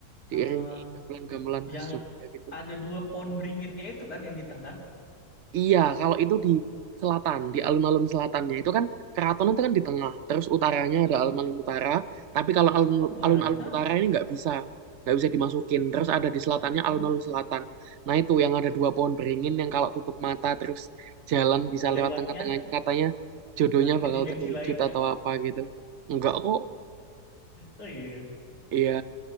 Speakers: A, on the right; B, on the left.
A: diiringi
B: Ah,
A: gamelan-gamelan khas
B: yang
A: Jogja gitu.
B: ada dua pohon beringinnya itu kan yang di tengah.
A: Iya, kalau itu di selatan, di alun-alun selatannya itu kan keraton itu kan di tengah, terus utaranya
B: Mm-mm.
A: ada alun-alun utara. Tapi kalau alun-
B: Oh, banyak.
A: alun-alun utara ini nggak bisa, nggak bisa dimasukin. Terus ada di selatannya
B: Mm-mm.
A: alun-alun selatan. Nah itu yang ada dua pohon beringin yang kalau tutup mata terus jalan bisa
B: Lewatnya
A: lewat tengah-tengahnya katanya jodohnya
B: nanti
A: bakal
B: ke dimensi
A: terwujud
B: lain
A: atau
B: ya.
A: apa gitu. Enggak kok,
B: Oh iya.
A: iya.